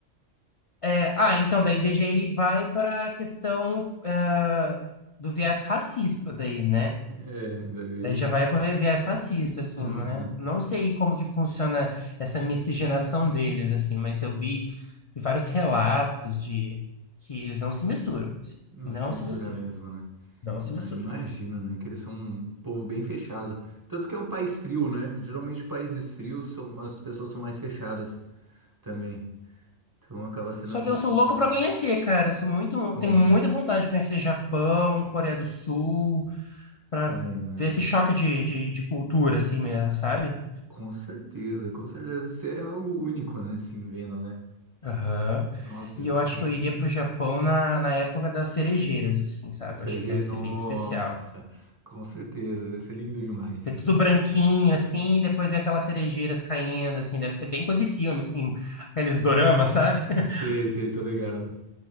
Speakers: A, on the left; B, on the right.
A: É, ah, então, daí DGI vai para a questão ah, do viés racista daí, né?
B: É, da vez.
A: Daí já vai para o viés racista, assim,
B: Uhum.
A: né? Não sei como que funciona essa miscigenação deles, assim, mas eu vi vários relatos de que eles não se misturam, assim,
B: Não
A: não
B: mistura
A: se misturam,
B: mesmo, né?
A: não se misturam.
B: Ah, imagino, né? Que eles são um povo bem fechado. Tanto que é um país frio, né? Geralmente países frios são as pessoas são mais fechadas também. Então acaba sendo
A: Só
B: com-
A: que eu sou
B: complicado.
A: louco para conhecer, cara. Eu sou muito,
B: Hum,
A: tenho muita vontade de conhecer Japão, Coreia do Sul, para
B: também, né?
A: ver
B: né?
A: esse choque de, de, de cultura, assim mesmo, sabe?
B: Com certeza, com certeza. Isso é algo único, né? Assim, vendo, né?
A: Aham.
B: Nossa,
A: E
B: é outro
A: eu acho
B: mundo.
A: que eu iria pro Japão na, na época das cerejeiras, assim, sabe?
B: A cerejeira,
A: Eu acho que deve ser
B: nossa,
A: bem especial.
B: com certeza. Deve ser lindo demais.
A: Ver tudo branquinho, assim, e depois ver aquelas cerejeiras caindo, assim, deve ser bem coisa de filme, assim, aqueles doramas, sabe? <laughs>
B: Eu sei, sei, tô ligado.